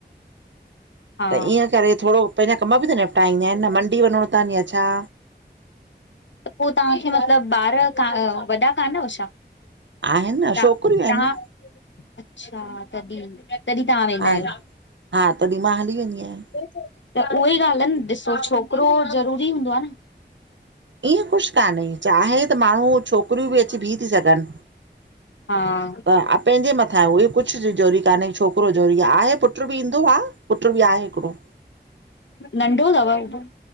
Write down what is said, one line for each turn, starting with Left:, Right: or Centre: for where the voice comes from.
Right: <inaudible>
Left: हा
Right: त ईअं करे थोड़ो पंहिंॼा कमु ॿि त निपटाए ईंदा इनि न, मंडी वञिंणो तनि या छा।
Left: त पो तहांखे मतलबु ॿार का वॾा कानव छा?
Right: आहिनि न
Left: ता
Right: छोकिरियूं
Left: तव्हां
Right: आहिनि न
Left: अच्छा! तॾहीं- तॾहीं तव्हां वेंदा
Right: हा
Left: आहियो।
Right: हा तॾहीं मां हली वेंदी आहियां।
Left: त उहई ॻाल्हि आ न, ॾिसो छोकिरो ज़रूरी हूंदो आ न?
Right: ईहं कुछ कान्हे। चाहे त माण्हूं छोकिरियूं ॿि अची बींह ती सघनि।
Left: हा।
Right: हा पंहिंजे मथां आहे उहे कुछ ज़रूरी कान्हे, छोकिरो ज़रूरी आ। आहे पुट्रु ॿि ईंदो आ, पुट्रु ॿि आहे हिकिड़ो।
Left: नंढो तव उहो?